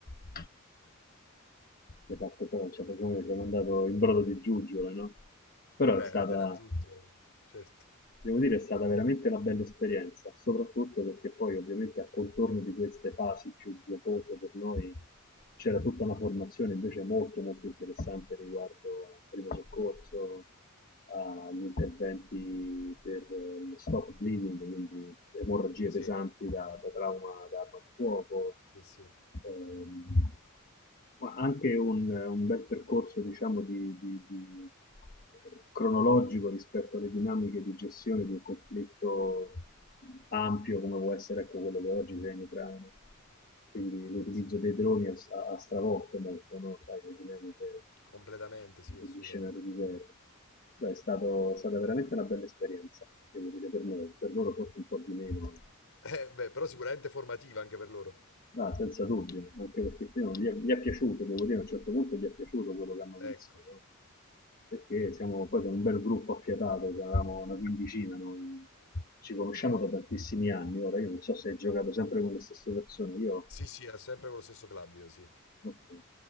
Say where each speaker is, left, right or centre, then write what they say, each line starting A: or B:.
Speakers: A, on the left (about 40°); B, on the left (about 65°).
A: eh, ci ha fatto proprio ci ha fatto come ci ha mandato in brodo di giuggiole no? però
B: beh,
A: è stata
B: avete raggiunto, certo.
A: Devo dire è stata veramente una bella esperienza, soprattutto perché poi ovviamente a contorno di queste fasi più giocose per noi c'era tutta una formazione invece molto molto interessante riguardo al primo soccorso, agli interventi per eh, lo stop bleeding, quindi emorragie
B: Sì,
A: pesanti da, da trauma da arma da fuoco,
B: sì, sì.
A: ehm, ma anche un, un bel percorso diciamo, di- di- di- cronologico rispetto alle dinamiche di gestione di un conflitto ampio come può essere ecco, quello che oggi c'è in Ucraina. Quindi
B: Beh,
A: l'utilizzo
B: sì.
A: dei droni ha, ha stravolto molto no? Sai, le dinamiche
B: Completamente, sì, assolutamente.
A: degli scenari di guerra. Beh, è, stato- è stata veramente una bella esperienza, devo dire per noi, per loro forse un po' di meno,
B: Eh, beh, però sicuramente formativa anche per loro.
A: ma ah, senza dubbio, anche perché sì, no, gli, è, gli è piaciuto, devo dire a un certo punto gli è piaciuto quello che hanno
B: Ecco,
A: visto, no? perché siamo, poi siamo un bel gruppo affiatato, eravamo una quindicina noi, ci conosciamo
B: ok.
A: da tantissimi anni, ora io non so se hai giocato sempre con le stesse persone, io
B: Sì, sì, è sempre con lo stesso club, io sì.
A: Okay.